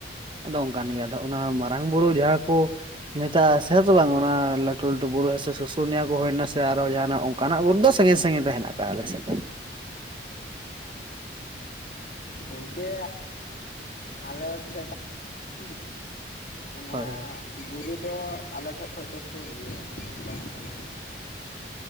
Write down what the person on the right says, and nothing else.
ᱟᱫᱚ ᱚᱱᱠᱟᱱ ᱜᱮᱭᱟ ᱟᱫᱚ ᱚᱱᱟ ᱢᱟᱨᱟᱝ ᱵᱩᱨᱩ ᱡᱟᱦᱟᱸ ᱠᱚ ᱢᱮᱛᱟᱜᱼᱟ ᱥᱮ ᱵᱟᱝ ᱚᱱᱟ ᱞᱟᱹᱴᱩ ᱞᱟᱹᱴᱩᱵᱩᱨ ᱥᱮ ᱥᱩᱥᱩᱱᱤᱭᱟᱹ ᱠᱚ ᱦᱩᱭᱮᱱᱟ ᱥᱮ ᱟᱨᱚ ᱡᱟᱦᱱᱟᱜ ᱚᱠᱟᱱᱟᱜ ᱵᱩᱨᱩ ᱫᱚ ᱥᱟᱺᱜᱤᱧ ᱥᱟᱺᱜᱤᱧ ᱦᱮᱱᱟᱜ ᱟᱠᱟᱼᱟ ᱟᱞᱮ ᱥᱮᱫ ᱫᱚ᱾
ᱦᱳᱭ ᱦᱳᱭ